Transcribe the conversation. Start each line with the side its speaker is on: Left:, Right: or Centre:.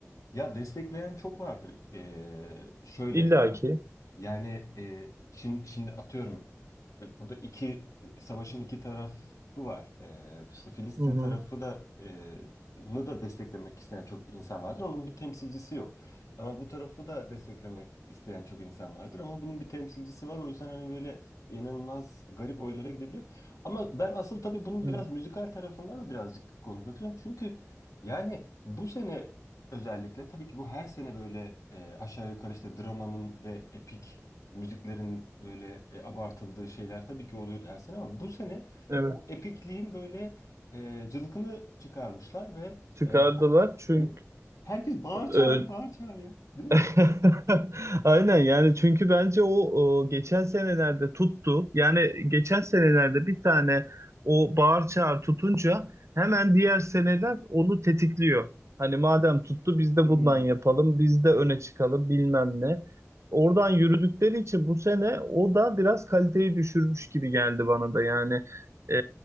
Left: Ya destekleyen çok vardır. Ee, şöyle
Right: İlla
Left: yani
Right: ki.
Left: yani e, şimdi, şimdi atıyorum e, burada iki savaşın iki tarafı var. Ee, işte Filistin
Right: Hı hı.
Left: tarafı da e, nı da desteklemek isteyen çok insan vardır. Onun bir temsilcisi yok. Ama bu tarafı da desteklemek isteyen çok insan vardır. Ama bunun bir temsilcisi var. O yüzden hani böyle inanılmaz garip oylara gidebiliyor. Ama ben asıl tabii bunun
Right: Hı.
Left: biraz müzikal tarafından da birazcık konuşmak istiyorum. Çünkü yani bu sene Özellikle tabii ki bu her sene böyle e, aşağı yukarı işte dramanın ve epik müziklerin böyle e, abartıldığı şeyler tabii ki oluyordu her sene ama bu sene
Right: Evet.
Left: o epikliğin böyle e, cılkını çıkarmışlar ve
Right: Çıkardılar
Left: e,
Right: çünkü
Left: he- herkes bağır
Right: e,
Left: çağır bağır çağır ya değil mi?
Right: <laughs> Aynen yani çünkü bence o e, geçen senelerde tuttu. Yani geçen senelerde bir tane o bağır çağır tutunca hemen diğer seneler onu tetikliyor. Hani madem tuttu biz de
Left: Hmm.
Right: bundan yapalım, biz de öne çıkalım bilmem ne. Oradan yürüdükleri için bu sene o da biraz kaliteyi düşürmüş gibi geldi bana da yani. e,